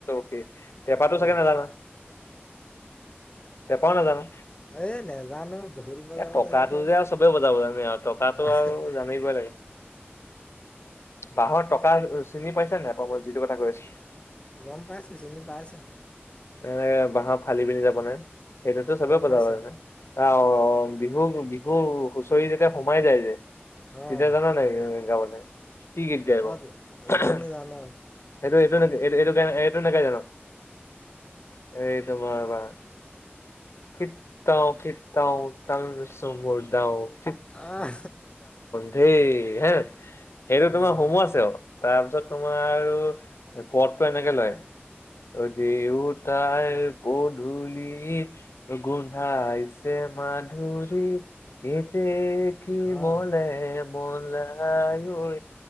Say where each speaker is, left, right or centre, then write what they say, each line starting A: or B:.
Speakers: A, on the left; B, on the left.
A: <unintelligible> পেপাতো
B: অঁ
A: চাগে নাজানা পেপাও নাজানা?
B: এ নেজানো। ঢোল বজাব
A: এ টকাটো
B: নেজানো
A: যে আৰু চবে বজাব জানে আৰু টকাটো
B: আহ,
A: আৰু জানিবই লাগে। বাঁহৰ টকা চিনি পাইছে নে নাই পোৱা মই যিটো কথা কৈ আছোঁ?
B: গম পাইছে চিনি পাইছে।
A: এ বাহৰ ফালি পিনি যে বনাই। সেইটোতো চবে
B: গম
A: বজাব
B: পাইছোঁ
A: জানে আ অ', অ', বিহু <unintelligible> অ', অ', হুঁচৰি যেতিয়া সোমাই যায় যে? তেতিয়া
B: অঁ
A: জান নাই গাবলে কি গীত গাই বাৰো
B: অঁ
A: <unintelligible>
B: জানো জানো
A: সেইটোৱে এইটো নেকি এই-এইটো-এইটো নেগাই জানো এইটো বাৰ-বাৰ খৃতৌ- খৃতৌ টাং চুব দেঔ। <unintelligible>
B: আহ,
A: ধেই হে। এইটো তোমাৰ
B: অঁ
A: সোমোৱা আছে অলপ তাৰপিছত তোমাৰ আৰু পদটো এনেকে লয় অ, দেউতাৰ পধূলি গোন্ধাইছে মাধুৰী কেতে কী
B: অঁ
A: মলে মলাই ঐ